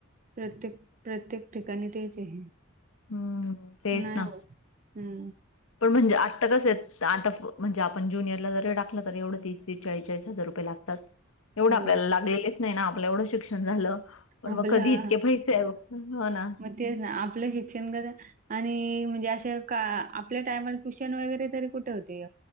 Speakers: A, on the right (about 40°); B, on the left (about 80°).
A: प्रत्येक, प्रत्येक ठिकाणी द्यायचे आहे
B: हम्म तेच
A: नाही
B: ना.
A: होत. हम्म.
B: पण म्हणजे आत्ता कसं, आता म्हणजे आपण जुनियरला जरी टाकलं, तर एवढ तीस, तीस चाळी चाळीसजार रुपये लागतात. एवढं
A: हो
B: आपल्याला लागलेलेच नाही आपल्या एवढं- शिक्षण झालं पण
A: आपलं
B: मग कधी इतके पैसे हो ना.
A: मग तेच ना आपलं शिक्षण क- आणि म्हणजे असे का आपल्या टायमला ट्युशन वगैरे तरी कुठे? होते.